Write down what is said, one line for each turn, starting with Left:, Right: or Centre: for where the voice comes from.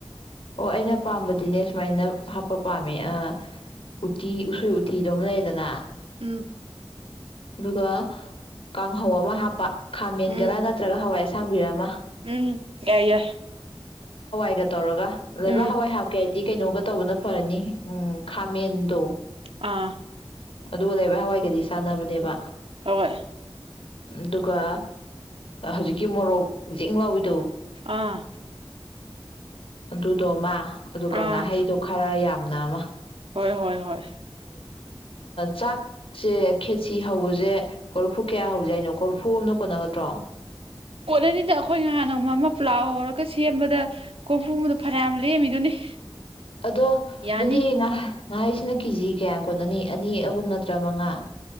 Left: ꯑꯣ ꯑꯩꯅ ꯄꯥꯝꯕꯗꯤꯅꯦ ꯁꯨꯃꯥꯏꯅ ꯍꯥꯞꯄ ꯄꯥꯝꯃꯦ ꯑ ꯎꯇꯤ ꯎꯁꯣꯏ ꯎꯇꯤꯗꯨꯃ ꯂꯩꯔꯦꯗꯅ
Right: ꯎꯝ
Left: ꯑꯗꯨꯒ ꯀꯥꯡꯍꯧ ꯑꯃ ꯍꯥꯞꯄ ꯈꯥꯃꯦꯟꯒꯔꯥ
Right: ꯎꯝ
Left: ꯅꯠꯇ꯭ꯔꯒ ꯍꯋꯥꯏ ꯁꯥꯡꯕꯤꯔꯝꯃ
Right: ꯎꯝ ꯌꯥꯏ ꯌꯥꯏ
Left: ꯁꯤꯒ ꯇꯧꯔꯒ ꯂ ꯂꯩꯕ
Right: ꯎꯝ
Left: ꯍꯋꯥꯋ ꯍꯥꯎ ꯀꯦ ꯗꯤ ꯀꯩꯅꯣꯒ ꯇꯧꯕꯅ ꯐꯔꯅꯤ ꯎꯝ ꯈꯥꯃꯦꯟꯗꯣ
Right: ꯑ
Left: ꯑꯗꯨꯒ ꯂꯩꯔ ꯍꯋꯥꯏꯒꯗꯤ ꯁꯥꯟꯅꯕꯅꯦ ꯅꯦꯕ
Right: ꯍꯣꯏ
Left: ꯑꯗꯨꯒ ꯍꯧꯖꯤꯛꯀꯤ ꯃꯣꯔꯣꯛ ꯤꯡ ꯂꯥꯎꯏꯗꯣ
Right: ꯑꯥ
Left: ꯑꯗꯨꯗꯣ ꯃꯥ ꯑꯗꯨꯒ
Right: ꯑꯥ
Left: ꯉꯥꯍꯩꯗꯣ ꯈꯔ ꯌꯥꯝ ꯅꯥꯃ
Right: ꯍꯣꯏ ꯍꯣꯏ ꯍꯣꯏ
Left: ꯆꯥꯛꯁꯦ ꯈꯦꯁꯤ ꯍꯧꯕꯁꯦ ꯀꯣꯔꯐꯨ ꯀꯌꯥ ꯍꯧꯖ ꯍꯥꯏꯅꯣ ꯀꯣꯔꯐꯨ ꯑꯅ ꯀꯣꯟꯠꯅꯒꯗ꯭ꯔꯣ
Right: ꯀꯣꯠꯅꯅꯤꯗ ꯑꯩꯈꯣꯏ ꯅꯍꯥꯟ ꯅꯣꯡꯃ ꯑꯃ ꯄꯨꯂꯥꯎ ꯍꯧꯔꯒ ꯁꯦꯝꯕꯗ ꯀꯣꯏꯐꯨꯗ ꯐꯅꯌꯥꯝ ꯂꯦꯝꯃꯤꯗꯨꯅꯤ
Left: ꯑꯗꯣ
Right: ꯌꯥꯅꯤ
Left: ꯑꯗꯨꯗꯤ ꯅꯍ ꯉꯍꯥꯁꯤꯅ ꯀꯦꯖꯤ ꯀꯌꯥꯝ ꯀꯣꯠꯅꯅꯤ ꯑꯅꯤ ꯑꯍꯨꯝ ꯅꯠꯇ꯭ꯔ ꯃꯉꯥ